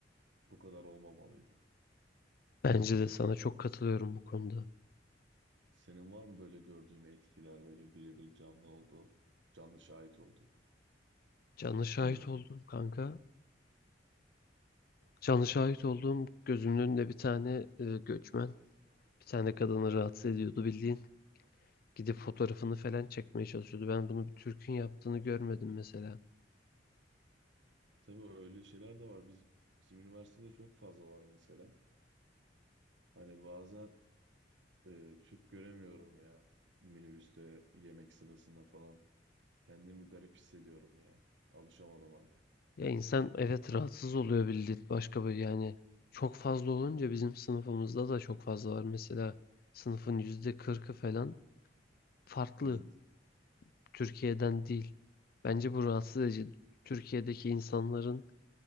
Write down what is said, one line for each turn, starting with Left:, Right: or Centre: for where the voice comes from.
Right: bu kadar olmamalıydı.
Left: Bence de sana çok katılıyorum bu konuda.
Right: Senin var mı böyle gördüğün etkiler böyle birebir canlı olduğun, canlı şahit olduğun?
Left: Canlı şahit
Right: <laughs> Evet.
Left: oldum kanka. Canlı şahit olduğum gözümün önünde bir tane e, göçmen, bir tane kadını rahatsız ediyordu bildiğin. Gidip fotoğrafını falan çekmeye çalışıyordu. Ben bunu bir Türk'ün yaptığını görmedim mesela.
Right: Tabii öyle şeyler de var. Biz, bizim üniversitede çok fazla var mesela. Hani bazen Ee, Türk göremiyorum ya. Minibüste, yemek sırasında falan. Kendimi garip hissediyorum yani. Alışamadım hala.
Left: Ya insan evet rahatsız oluyor bildiğin başka bir yani çok fazla olunca bizim sınıfımızda da çok fazla var. Mesela sınıfın yüzde kırkı falan farklı
Right: Hı hı.
Left: Türkiye'den değil. Bence bu rahatsız edici. Türkiye'deki insanların